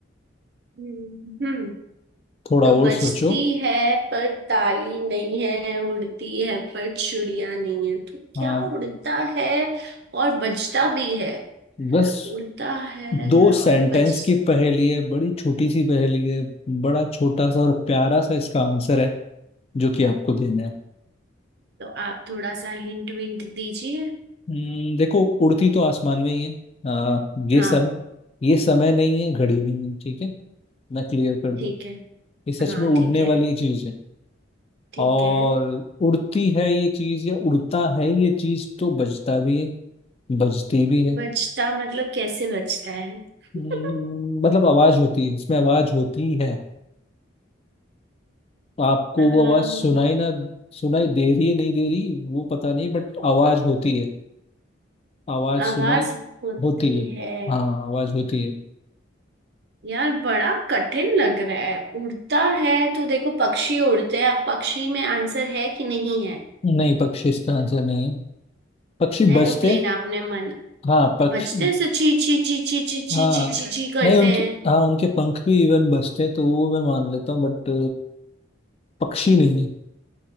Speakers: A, on the right; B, on the left.
A: हम्म
B: थोड़ा
A: तो
B: और
A: बजती
B: सोचो
A: है पर ताली नहीं है उड़ती है पर चुड़िया नहीं है तो क्या
B: हाँ
A: उड़ता है और बजता भी है
B: बस
A: उड़ता है
B: दो सेंटेंस
A: और बज
B: की पहेली है बड़ी छोटी सी पहेली है बड़ा छोटा सा और प्यारा सा इसका आंसर है जो कि आपको देना है
A: तो आप थोड़ा सा हिंट विंट दीजिए
B: हम्म, देखो उड़ती तो आसमान में ही है आ, ये
A: हाँ
B: सम ये समय नहीं है घड़ी नहीं है ठीक है मैं क्लियर कर दूं
A: ठीक है
B: ये सच
A: हाँ
B: में उड़ने
A: ठीक है
B: वाली चीज है
A: ठीक
B: और
A: है
B: उड़ती है ये चीज या उड़ता है ये चीज तो बजता भी है बजती भी है
A: बजता मतलब कैसे बजता है <laughs>
B: हम्म, मतलब आवाज होती है इसमें आवाज होती है आपको
A: हाँ,
B: वो आवाज सुनाई ना सुनाई दे रही है नहीं दे रही वो पता नहीं बट आवाज होती है आवाज सुनाई
A: आवाज होती
B: होती है
A: है
B: हाँ आवाज होती है
A: यार बड़ा कठिन लग रहा है उड़ता है तो देखो पक्षी उड़ते हैं अब पक्षी में आंसर है कि नहीं है
B: नहीं पक्षी इसका आंसर नहीं है पक्षी
A: एरोप्लेन
B: बजते
A: आपने मन
B: हाँ पक्ष
A: बजते हैं से ची ची ची ची ची ची
B: हाँ
A: ची ची ची करते
B: नहीं उनके
A: हैं
B: हाँ उनके पंख भी इवन बजते तो वो मैं मान लेता हूँ बट पक्षी नहीं